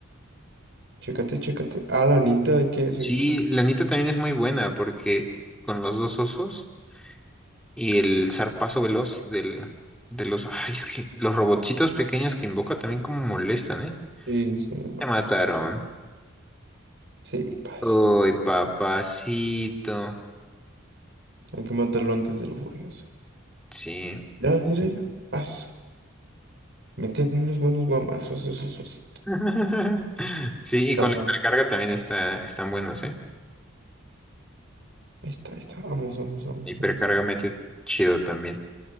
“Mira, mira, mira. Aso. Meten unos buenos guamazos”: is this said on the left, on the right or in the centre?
Right